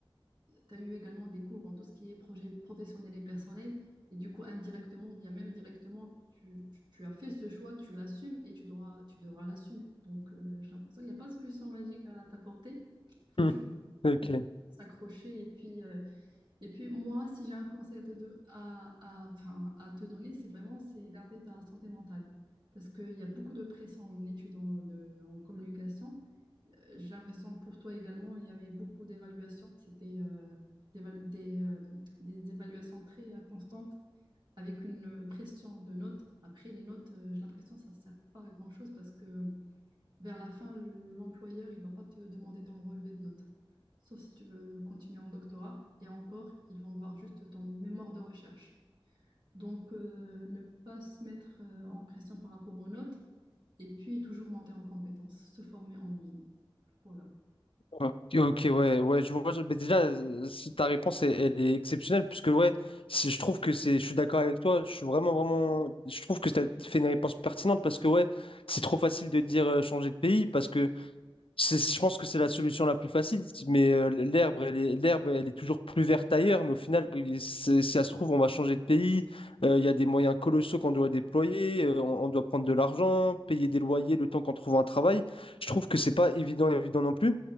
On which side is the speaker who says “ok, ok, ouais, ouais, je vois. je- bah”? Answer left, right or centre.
Left